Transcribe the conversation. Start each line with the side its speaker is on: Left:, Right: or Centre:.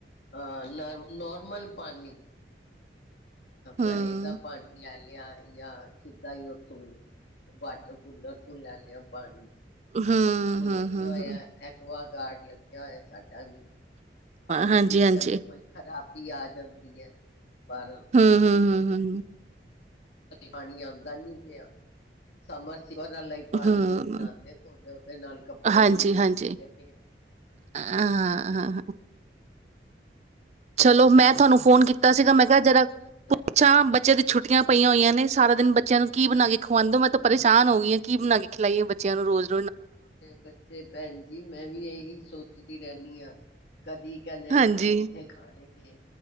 Left: ਹਾਂ ਨਾਰ ਨੋਰਮਲ। ਪਾਨੀ
Right: ਹੂੰ।
Left: ਘੜੇ ਦਾ ਪਾਣੀ ਲੈ ਲਿਆ। ਲਿਆ ਜਾਂ ਸਿੱਧਾ ਹੀ ਉੱਥੋਂ ਵਾਟਰ ਕੂਲਰ ਤੋਂ ਲੈ ਲਿਆ ਪਾਣੀ।
Right: ਹੂੰ,
Left: ਉਹ
Right: ਹੂੰ,
Left: ਲੱਗਿਆ
Right: ਹੂੰ,
Left: ਹੋਇਆ
Right: ਹੂੰ
Left: ਇੱਕ ਵ ਗਾਰਡ ਲੱਗਿਆ ਹੋਇਆ ਸਾਡੇ। ਵੀ ਪਾਣੀ
Right: ਹਾਂਜੀ,
Left: ਦੀ ਵੀ
Right: ਹਾਂਜੀ,
Left: ਕਹਿੰਦੇ ਕੋਈ ਖਰਾਬ ਵੀ ਆ ਜਾਂਦੀ ਹੈ। ਪਰ
Right: ਹਮ, ਹਮ, ਹਮ। ਹਮ, ਹ।
Left: ਪਾਣੀ ਆਉਂਦਾ ਨੀ ਪਿਆ, ਸਮਰ। ਸਵਾ ਹੀ ਪਾਣੀ
Right: ਹੂੰ,
Left: ਆ ਵੀ ਨਾਂਦੇ ਧੋਂਦੇ ਉਹਦੇ ਨਾਲ ਕੱਪੜੇ
Right: ਹਾਂਜੀ,
Left: ਵੀ ਉਹੀ
Right: ਹਾਂਜੀ,
Left: ਪੀਂਦੇ ਪਏ ਆ।
Right: ਹਾਂ, ਹਾਂ, ਚਲੋ ਮੈਂ ਤੁਹਾਨੂੰ ਫੋਨ ਕੀਤਾ ਸੀਗਾ ਮੈਂ ਕਿਹਾ ਜਰਾ ਪੁੱਛਾਂ
Left: ਹਾਂਜੀ।
Right: ਬੱਚੇ ਦੀ ਛੁੱਟੀਆਂ ਪਈਆਂ ਹੋਈਆਂ ਨੇ ਸਾਰਾ ਦਿਨ ਬੱਚਿਆਂ ਨੂੰ ਕੀ ਬਣਾ ਕੇ ਖਿਵਾਂ ਦ ਹੋ ਮੈਂ ਤਾਂ ਪਰੇਸ਼ਾਨ ਹੋ ਗਈ ਹਾਂ ਕੀ ਬਣਾ ਕੇ ਖਿਲਾਈਏ ਬੱਚਿਆਂ ਨੂੰ ਰੋਜ਼
Left: ਬੱਚੇ ਭੈਣ ਜੀ ਮੈਂ ਵੀ ਇਹੀ ਸੋਚਦੀ ਰਹਿੰਦੀ ਹਾਂ ਕਦੀ ਕਹਿੰਦੇ
Right: ਹਾਂਜੀ
Left: ਨੇ ਪਰੌਂਠੇ ਖਾਣੇ।